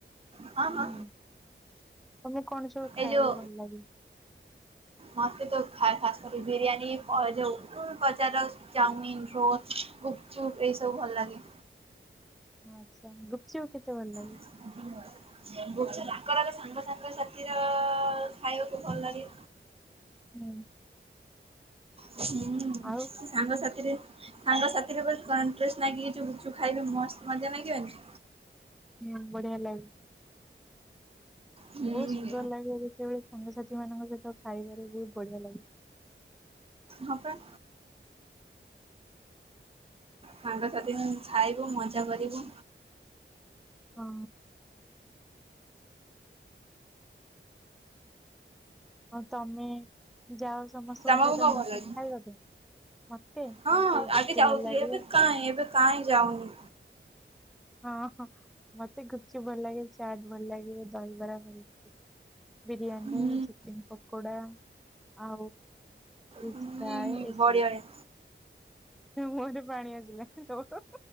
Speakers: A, on the right (about 30°); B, in the centre.
A: ହଁ
B: ହୁଁ
A: ହଁ
B: ତମକୁ କଣ ସବୁ ଖାଇବାକୁ
A: ଏ ଯୋଉ
B: ଭଲ ଲାଗେ?
A: ମତେ ଯୋଉ ଶାଶୁ ବିରିୟାନୀ ଏ ଯୋଉ ବଜାରର ଚାଉମିନ ରୋଲ୍ ଗୁପଚୁପ୍ ଏଇ ସବୁ ଭଲ ଲାଗେ।
B: ଆଚ୍ଛା ଗୁପଚୁପ କେତେ ଭଲ ଲାଗେ?
A: <unintelligible> <inaudible> ଉତ୍କଳ ର ସାଙ୍ଗ ସାଙ୍ଗ ସାଥିର ଖାଇବାକୁ ଭଲ ଲାଗେ।
B: ହୁଁ।
A: ହୁଁ
B: ଆଉ
A: ସାଙ୍ଗସାଥିରେ। ସାଙ୍ଗ ସାଥି ରେ ଯୋଉ କନଟେଷ୍ଟ ବଲାଗି ଯୋଉ ଖାଇବ ମସ୍ତ ମଜା ଲାଗିବନି।
B: ହୁଁ ବଢିଆ ଲାଗେ।
A: ହୁଁ
B: ବହୁତ ସୁନ୍ଦର ଲାଗେ ଯେତେବେଳେ ସାଙ୍ଗସାଥି ସେମାନଙ୍କ ସହିତ ଖାଇବାରେ ବହୁତ ବଢିଆ ଲାଗେ।
A: ହଁ ପରା। ସାଙ୍ଗସାଥି ଖାଇବୁ ମଜା କରିବୁ।
B: ହଁ। ହ ତମେ ଯାଅ। ସମସ୍ତଙ୍କ
A: ତମକୁ
B: ସହିତ
A: କଣ
B: ମିଶିକି
A: ଭଲ ଲାଗେ?
B: ଖାଇବ କିଏ ମତେ
A: ହଁ
B: ମତେ ଗୁପଚୁପ
A: ଆଗେ ଯାଉଥିଲି
B: ଭଲ ଲାଗେ।
A: ଏବେ କାହିଁ ଏବେ କାହିଁ ଯାଉନି।
B: ହଁ ହଁ ମତେ ଗୁପଚୁପ୍ ଭଲ ଲାଗେ ଚାଟ ଭଲ ଲାଗେ ଦହିବରା ଭଲ ଲାଗେ। ବିରିୟାନୀ
A: ହୁଁ
B: ଚିକେନ ପକୋଡ଼ା। ଆଉ। ଫିସ
A: ହୁଁ
B: ଫ୍ରାଏ ଏ
A: ବଢିଆ
B: ସବୁ।
A: ବଢିଆ।
B: ମୋ ମୁଁହ ରୁ ପାଣି ଆସିଲା ତୋର?